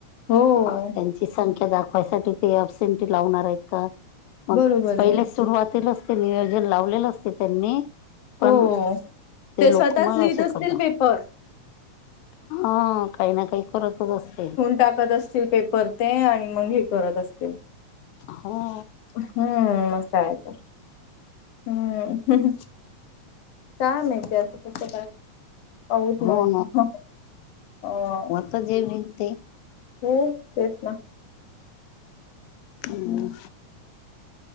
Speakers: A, on the left (about 65°); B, on the left (about 80°).
A: हो
B: त्यांची संख्या दाखवायसाठी ते अबसेंटी लावणार आहेत का? मग
A: बरोबर
B: पहिलेच
A: आहे
B: सुरुवातीलाच ते नियोजन लावलेलं असते त्यांनी. पण
A: हो ते
B: लोक
A: स्वतःच
B: मग
A: लिहित
B: असे
A: असतील
B: करतात
A: पेपर
B: हा काही ना काही करतच असते.
A: दाकवत असतील पेपर ते आण मग हे करत असतील.
B: हो.
A: हम्म अस हाय तर हम्म काय माहित आता तस काय बहच
B: हो
A: मस् ह <unintelligible>
B: त जे मि <unintelligible> ळते
A: हो तेच ना.
B: हम.
A: काय